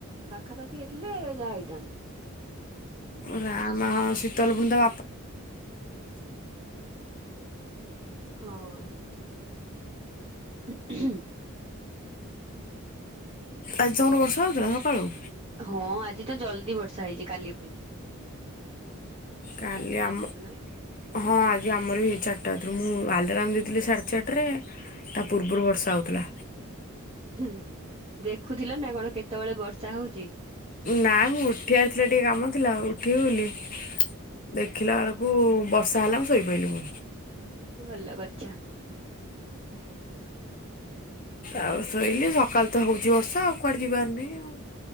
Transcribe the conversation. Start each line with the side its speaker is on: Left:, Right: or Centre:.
Right: ପାଖାପାଖି ହେଇଥିଲେ ଯାହା ହେଇଥାନ୍ତା।
Left: ରାମା ହଁ ଶୀତଲ ପୁଣି ତ
Right: ହଁ। <inaudible>
Left: ଆଜି ତମର ବର୍ଷା ହଉଥିଲା ସକାଳୁ?
Right: ହଁ ଆଜି ତ ଜଲଦି ବର୍ଷା ହେଇଛି କାଲି ଅପେକ୍ଷା।
Left: କାଲି
Right: ଚାରିଟା
Left: ଆମ
Right: ରାତିରୁ
Left: ହଁ ଆଜି ଆମର ବି ହେଇ ଚାରିଟାରୁ ମୁଁ ଆଲାରାମ ଦେଇଥିଲି ସାଢେ ଚାରିଟାରେ ତା ପୂର୍ବରୁ ବର୍ଷା ହଉଥିଲା।
Right: ହୁଁ ଦେଖୁଥିଲ ନା କଣ କେତେବେଳେ ବର୍ଷା ହଉଚି।
Left: ନାଇଁ ମୁଁ ଉଠିବାର ଥିଲା ଟିକେ କାମ ଥିଲା ଆଉ ଉଠିବି ବୋଲି ଦେଖିଲା ଏଳକୁ ବର୍ଷା ହେଲା ମୁଁ ଶୋଇପଇଲି ପୁଣି।
Right: ଉ ଭଲ କରିଚ।
Left: ଆଉ ଶୋଇଲିି ସକାଳ ତ ହଉଚି ବର୍ଷା ଆଉ କୁଆଡେ ଯିବାର ନାହିଁ ଆଉ।